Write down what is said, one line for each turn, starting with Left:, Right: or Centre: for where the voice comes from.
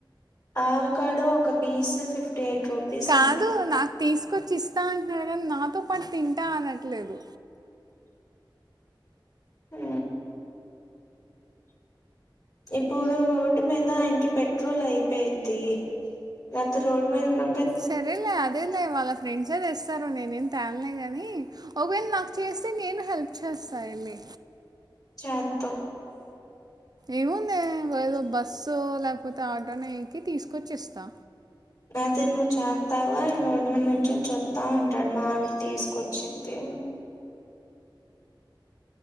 Left: ఆవకాడో ఒక పీస్ ఫిఫ్టీ ఎయిట్. రూపీస్
Right: కాదు
Left: అంట
Right: నాకు తీసుకొచ్చి ఇస్తా అంటున్నాడు గాని నాతో పాటు తింటా అనట్లేదు.
Left: ఊ ఇప్పుడు రోడ్డు మీద ఆయన్కి పెట్రోల్ అయిపోయిద్ది నాతో రోడ్డు మీద ఉన్న.
Right: సరేలే అదేలే వాళ్ళ ఫ్రెండ్స్. తెస్తారు నేనేం తేన్లే గానీ ఒకవేళ నాకు చేస్తే నేను హెల్ప్ చేస్తా ఎల్లి
Left: చేత్త.
Right: ఏముందే ఏదో బస్సు లేక కపోతే ఆటొనో ఎక్కి తీసుకొచ్చేస్తా.
Left: ఐతే నువ్వు చేత్తావా రోడ్ మీద నుంచొని చూత్తా ఉంటాడు మా ఆవిడి తీసుకొచ్చిది.